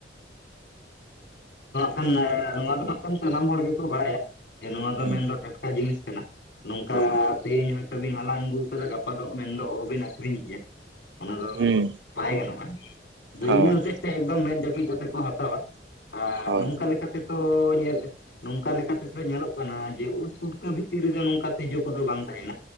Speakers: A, on the left; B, on the right.
A: ᱟᱱᱱᱟ ᱱᱚᱣᱟ ᱫᱚ ᱦᱟᱜ ᱠᱷᱟᱱ ᱥᱟᱱᱟᱢ ᱦᱚᱲ ᱜᱮᱠᱚ ᱵᱟᱲᱟᱭᱟ ᱱᱚᱣᱟ ᱫᱚ
B: ᱦᱩᱸ
A: ᱢᱮᱱᱫᱚ ᱴᱟᱴᱠᱟ ᱡᱤᱱᱤᱥ ᱠᱟᱱᱟ, ᱱᱚᱝᱠᱟ
B: ᱦᱩᱸ
A: ᱛᱮᱦᱮᱧ ᱦᱚᱭᱛᱳ ᱵᱤᱱ ᱦᱟᱞᱟᱝ ᱟᱹᱜᱩᱣ ᱠᱟᱫᱟ ᱜᱟᱯᱟ ᱫᱚ ᱢᱮᱱᱫᱚ ᱚᱦᱚᱵᱤᱱ ᱟᱠᱷᱨᱤᱧ ᱠᱮᱭᱟ᱾ ᱚᱱᱟ ᱫᱚ
B: ᱦᱩᱸ
A: ᱵᱟᱭ ᱜᱟᱱᱚᱜ-ᱟ ᱟᱫᱚ
B: ᱦᱳᱭ
A: ᱤᱱᱟᱹ ᱦᱚᱛᱮᱡ ᱛᱮ ᱮᱠᱫᱚᱢ ᱢᱮᱫ ᱡᱟᱹᱯᱤᱫ ᱠᱟᱛᱮ ᱠᱚ ᱦᱟᱛᱟᱣᱟ, ᱟᱨ
B: ᱦᱳᱭ
A: ᱱᱚᱝᱠᱟ ᱞᱮᱠᱟᱛᱮᱛᱚ ᱧᱮᱞ ᱱᱚᱝᱠᱟ ᱞᱮᱠᱟᱛᱮᱫᱚ ᱧᱮᱞᱚᱜ ᱠᱟᱱᱟ ᱡᱮ ᱩᱫ ᱯᱩᱴᱠᱟᱹ ᱵᱷᱤᱛᱤᱨ ᱨᱮᱜᱮ ᱱᱚᱝᱠᱟ ᱛᱤᱡᱩ ᱠᱚᱫᱚ ᱵᱟᱝ ᱛᱟᱦᱮᱱᱟ᱾